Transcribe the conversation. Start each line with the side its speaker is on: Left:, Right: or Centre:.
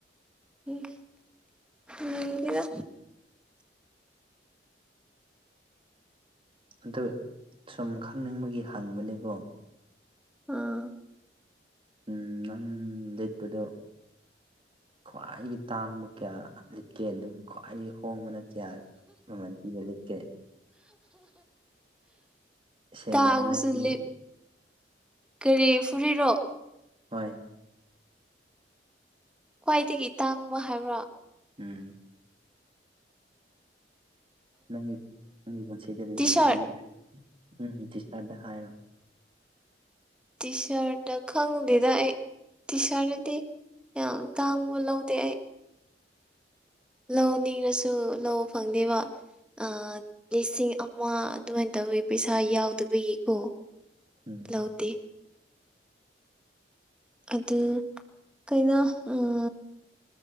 Centre: ꯎꯝ ꯌꯦꯡꯗꯦꯗ
Right: ꯑꯗꯨ ꯁꯨꯝ ꯈꯪꯅꯤꯡꯕꯒꯤ ꯍꯪꯕꯅꯤꯀꯣ
Centre: ꯎꯝ
Right: ꯎꯝ ꯅꯪ ꯂꯤꯠꯄꯗꯨ ꯈ꯭ꯋꯥꯏꯗꯒꯤ ꯇꯥꯡꯕ ꯀꯌꯥ ꯂꯤꯠꯀꯦ ꯑꯗꯨꯒ ꯈ꯭ꯋꯥꯏꯗꯒꯤ ꯍꯣꯡꯕꯅ ꯀꯌꯥ ꯃꯃꯟꯄꯤꯔ ꯂꯤꯠꯀꯦ ꯁꯦꯡꯅ
Centre: ꯇꯥꯒꯨꯝꯁꯨ
Right: ꯍꯥꯏꯅꯕꯤ
Centre: ꯂꯤꯞ ꯀꯔꯤ ꯐꯨꯔꯤꯠꯔꫭ
Right: ꯍꯣꯏ
Centre: ꯈ꯭ꯋꯥꯏꯗꯒꯤ ꯇꯥꯡꯕ ꯍꯥꯏꯕ꯭ꯔꯣ
Right: ꯎꯝ ꯅꯪꯒꯤ ꯅꯪꯒꯤ ꯄꯨꯟꯁꯤꯗ ꯂꯤꯠꯈꯤ
Centre: ꯇꯤ ꯁꯥꯔꯠ
Right: ꯂꯤꯠ ꯎꯝ ꯇꯤꯁꯔꯠꯇ ꯍꯥꯏꯔꯣ
Centre: ꯇꯤ ꯁꯔꯠꯇ ꯈꯪꯗꯦꯗ ꯑꯩ ꯇꯤ ꯁꯔꯠꯇꯗꯤ ꯌꯥꯝ ꯇꯥꯡꯕ ꯂꯧꯗꯦ ꯑꯩ ꯂꯧ ꯅꯤꯡꯔꯁꯨ ꯂꯧ ꯐꯪꯗꯦꯕ ꯑꯥ ꯂꯤꯁꯤꯡ ꯑꯃ ꯑꯗꯨꯃꯥꯏ ꯇꯧꯋꯤ ꯄꯩꯁꯥ ꯌꯥꯎꯗꯕꯒꯤꯀꯣ
Right: ꯎꯝ
Centre: ꯂꯧꯗꯦ ꯑꯗꯨ ꯀꯩꯅꯣ ꯎꯝ